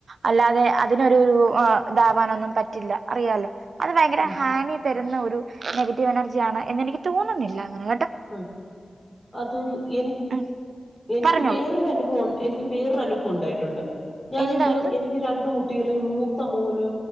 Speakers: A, on the right; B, on the left.
A: അല്ലാതെ അതിനൊരു അ് ആ താവാനൊന്നും പറ്റില്ല അറിയാലോ അത്ഭയങ്കര
B: ഉം
A: ഹാനി തരുന്നഒരു രു നെഗറ്റീ റ്റീവെനർജിയാണ് എന്നെനിക്ക് തോന്നുന്നില്ല അങ്ങന
B: ഉം അത് എനി
A: ഉം
B: എനിക്ക്
A: പറഞ്ഞോളൂ
B: വേറൊരു അനുഭവം എനിക്ക് വേറനുഭവം ഉണ്ടായിട്ടുണ്ട് ഞനെൻ്റെ
A: എന്തായിരുന്നു
B: എനിക്ക് രണ്ട് രണ്ട് കുട്ടികളിൽ മൂത്തമോന്